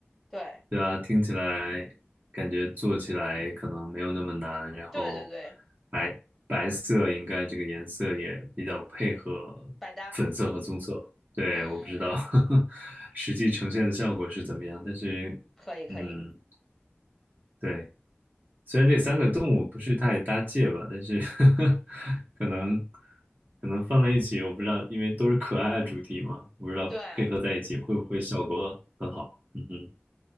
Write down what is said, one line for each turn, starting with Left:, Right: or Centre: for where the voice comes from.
Centre: 对
Right: 对啊，听起来感觉做起来可能没有那么难，然后
Centre: 对对对，
Right: 白白色应该这个颜色也比较配合粉色和棕色。
Centre: 百搭，
Right: 对，
Centre: 嗯，
Right: 我不知道 <laughs> 实际呈现的效果是怎么样，但是
Centre: 可以可以，
Right: 嗯，对，虽然这三个动物不是太搭界吧，但是 <laughs> 可能可能放在一起，我不知道，因为都是可爱的主题嘛，我不知道配合在一起会不会效果很好。
Centre: 对。
Right: 嗯哼，